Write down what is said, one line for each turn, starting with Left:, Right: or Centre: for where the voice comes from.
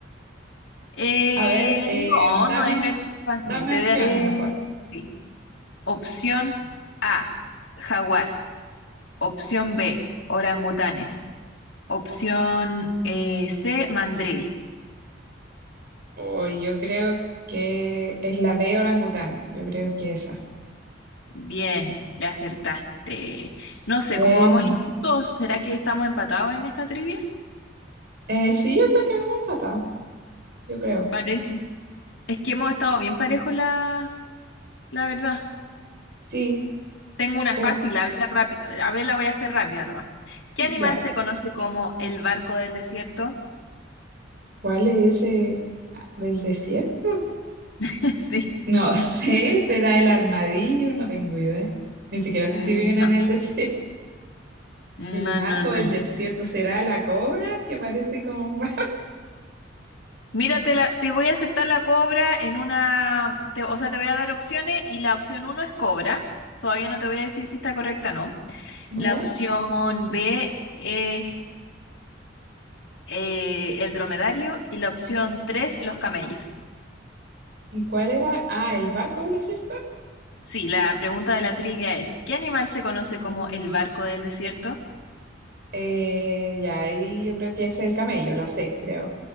Left: Eh,
Right: A ver, eh,
Left: no,
Right: dame,
Left: no es lo del chimpancé.
Right: dame
Left: Te
Right: opciones
Left: daré
Right: mejor.
Left: sí. Opción A, jaguar. Opción B, orangutanes. Opción eh, C, mandril.
Right: Uy, yo creo que es la B orangután. Yo creo que esa.
Left: Bien, le acertaste. No sé,
Right: Bueno,
Left: ¿cómo vamos los puntos? ¿Será que estamos empatados en esta trivia?
Right: eh, sí, yo creo que vamos empatados. Yo creo.
Left: Parece. Es que hemos estado bien parejos, la, la verdad.
Right: Sí,
Left: Tengo una
Right: eh,
Left: fácil, a ver, la rápi- a ver, la voy a hacer rápido nomás. ¿Qué
Right: ya.
Left: animal se conoce como el barco del desierto?
Right: ¿Cuál es ese Ah, del desierto?
Left: <laughs> Sí.
Right: No <laughs> sé, será el armadillo, no tengo idea. Ni siquiera
Left: Mm,
Right: sé si viven en
Left: No,
Right: el <laughs> desierto.
Left: no,
Right: El barco
Left: no, no,
Right: del
Left: no.
Right: desierto será la cobra, que parece como un barco.
Left: Mira, te, la- te voy a aceptar la cobra en una, te- o sea, te voy a dar opciones y la opción uno es cobra. Todavía no te voy a decir si está correcta o no.
Right: <laughs> ¿Ya?
Left: La opción B es eh, el dromedario y la opción tres, los camellos.
Right: ¿Y cuál era? Ah, el barco del desierto.
Left: Sí, la pregunta de la trivia es, ¿qué animal se conoce como el barco del desierto?
Right: Eh, ya ahí yo creo que es el camello, la C, creo.